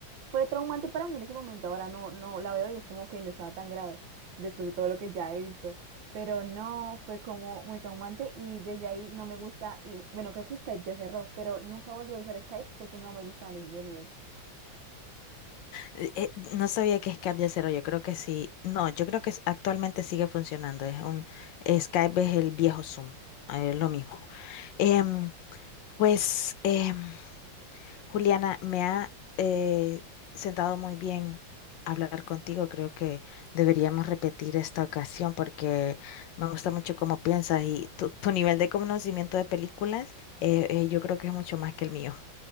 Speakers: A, on the right; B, on the left.
A: fue traumante para mí en ese momento. Ahora no, no la veo y es como que no estaba tan grave después de todo lo que ya he visto. Pero no, fue como muy traumante y desde ahí no me gusta. Y bueno, creo que Skype ya cerró, pero nunca volví a usar Skype porque no me gustaban esos sonidos.
B: Eh, eh, no sabía que Skype ya cerró, yo creo que sí. No, yo creo que es- actualmente sigue funcionando. Es un Skype es el viejo Zoom, eh, lo mismo. Em, pues, em, Juliana, me ha eh, sentado muy bien hablar contigo. Creo que deberíamos repetir esta ocasión porque me gusta mucho cómo piensas y tu, tu nivel de conocimiento de películas, eh, eh, yo creo que es mucho más que el mío.